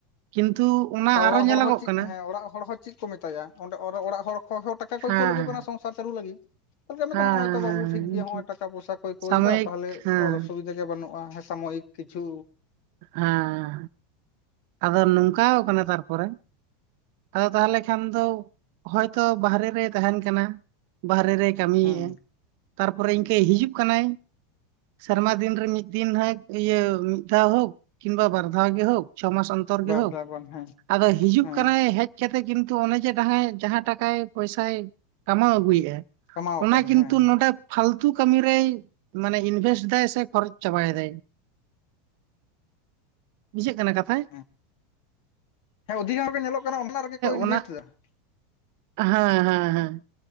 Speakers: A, on the right; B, on the left.
A: ᱠᱤᱱᱛᱩ ᱚᱱᱟ
B: ᱚᱲᱟᱜ
A: ᱟᱨᱚ
B: ᱦᱚᱲ
A: ᱧᱮᱞᱚᱜᱚᱜ
B: ᱦᱚᱸ ᱪᱮᱫ
A: ᱠᱟᱱᱟ
B: ᱦᱮᱸ ᱚᱲᱟᱜ ᱦᱚᱲ ᱦᱚᱸ ᱪᱮᱫ ᱠᱚ ᱢᱮᱛᱟᱭᱟ ᱚᱸᱰᱮ ᱚᱲᱟᱜ ᱦᱚᱲ ᱠᱚᱦᱚᱸ ᱴᱟᱠᱟ ᱠᱚᱭ
A: ᱦᱮᱸ
B: ᱠᱩᱞ ᱠᱩ ᱠᱟᱱᱟ ᱥᱚᱝᱥᱟᱨ ᱪᱟᱹᱞᱩ ᱞᱟᱹᱜᱤᱫ᱾ ᱛᱟᱦᱚᱞᱮ ᱢᱮᱫᱟ
A: ᱦᱮᱸ ᱦᱮᱸ ᱦᱮᱸ
B: ᱦᱚᱸᱜᱼᱚᱭ ᱛᱚ ᱵᱟᱵᱩ ᱴᱷᱤᱠ
A: ᱦᱮᱸ,
B: ᱜᱮᱭᱟ
A: ᱤᱧ
B: ᱱᱚᱭ ᱴᱟᱠᱟ ᱯᱚᱭᱥᱟ ᱠᱩᱠ
A: ᱥᱟᱢᱚᱭᱤᱠ
B: ᱮᱫᱟ ᱛᱟᱦᱚᱞᱮ
A: ᱦᱮᱸ
B: ᱚᱥᱩᱵᱤᱫᱷᱟ ᱛᱮᱜᱮ ᱵᱟᱹᱱᱩᱜᱼᱟ ᱦᱮᱸ ᱥᱟᱢᱚᱭᱤᱠ ᱠᱤᱪᱷᱩ
A: ᱦᱮᱸ ᱟᱫᱚ ᱱᱚᱝᱠᱟ ᱠᱟᱱᱟ ᱛᱟᱨᱯᱚᱨᱮ᱾ ᱟᱫᱚ ᱛᱟᱦᱚᱞᱮ ᱠᱷᱟᱱ ᱫᱚ ᱦᱚᱭᱛᱚ ᱵᱟᱦᱨᱮ ᱨᱮ ᱛᱟᱦᱮᱱ ᱠᱟᱱᱟ ᱵᱟᱦᱨᱮ ᱠᱟᱹᱢᱤᱭᱮᱜᱼᱟ
B: ᱦᱮᱸ
A: ᱛᱟᱨᱯᱚᱨᱮ ᱤᱱᱠᱟᱹ ᱦᱤᱡᱩᱜ ᱠᱟᱱᱟᱭ ᱥᱮᱨᱢᱟ ᱫᱤᱱ ᱨᱮ ᱢᱤᱫ ᱫᱤᱱ ᱦᱮᱠ ᱤᱭᱟᱹ ᱢᱤᱫ ᱫᱷᱟᱣ ᱦᱚ ᱠᱤᱢᱵᱟ ᱵᱟᱨ ᱫᱷᱟᱣ ᱜᱮ ᱦᱚᱠ᱾ ᱪᱷᱚ ᱢᱟᱥ ᱚᱱᱛᱚᱨ
B: ᱵᱟᱨ
A: ᱜᱮ ᱦᱚᱠ
B: ᱫᱷᱟᱣ ᱜᱟᱱ ᱦᱮᱸ
A: ᱟᱫᱚ ᱦᱤᱡᱩᱜ
B: ᱦᱮᱸ
A: ᱠᱟᱱᱟᱭ ᱦᱮᱡ <unintelligible> ᱠᱤᱱᱛᱩ ᱚᱱᱮ ᱡᱮ ᱡᱟᱦᱟᱸ ᱡᱟᱦᱟᱸ ᱴᱟᱠᱟᱭ ᱯᱚᱭᱥᱟᱭ ᱠᱟᱢᱟᱣ ᱟᱹᱜᱩᱭᱮᱜᱼᱟ
B: ᱠᱟᱢᱟᱣ
A: ᱚᱱᱟ
B: ᱠᱟᱫᱟ
A: ᱠᱤᱱᱛᱩ
B: ᱦᱮᱸ
A: ᱱᱚᱰᱮ ᱯᱷᱟᱞᱛᱩ ᱠᱟᱹᱢᱤ ᱨᱮᱭ ᱢᱟᱱᱮ ᱤᱱᱵᱷᱮᱥᱴ ᱫᱟᱭ ᱥᱮ ᱠᱷᱚᱨᱚᱪ ᱪᱟᱵᱟᱭ ᱫᱟᱭ ᱵᱩᱡᱷᱟᱹᱜ ᱠᱟᱱᱟ ᱠᱟᱛᱷᱟᱭ᱾
B: ᱦᱮᱸ <inaudible>
A: ᱚᱱᱟ ᱦᱮᱸ ᱦᱮᱸ ᱦᱮᱸ